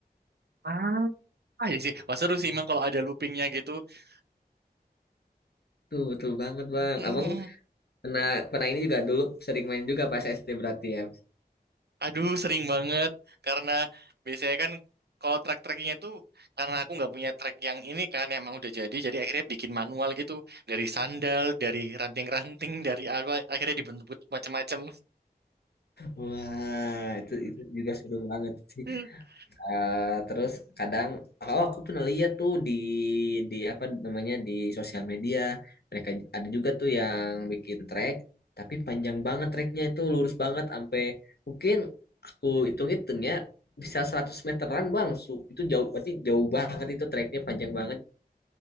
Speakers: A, on the right; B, on the left.
A: ah ah, ya sih wah seru sih emang kalau ada loopingnya gitu <laughs>
B: tuh betul banget
A: Mm-mm.
B: bang abang pernah pernah ini juga dulu sering main juga pas SD berarti ya
A: aduh sering banget karena biasanya kan kalau track-tracknya itu karena aku nggak punya track yang ini kan yang emang udah jadi jadi akhirnya bikin manual gitu dari sandal dari ranting-ranting dari apa akhirnya dibentuk macam-macam
B: wah itu itu juga seru banget sih
A: <laughs>
B: Eh, terus kadang oh aku pernah lihat tuh di di apa namanya di sosial media mereka ada juga tuh yang bikin trek tapi panjang banget treknya itu lurus banget sampai mungkin aku hitung-hitung ya bisa 100 meteran bang Su. itu jauh berarti jauh banget itu treknya panjang banget